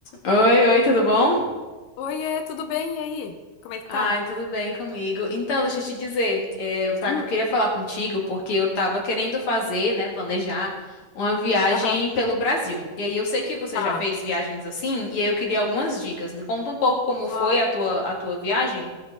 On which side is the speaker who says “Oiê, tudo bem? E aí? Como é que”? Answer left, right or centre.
Left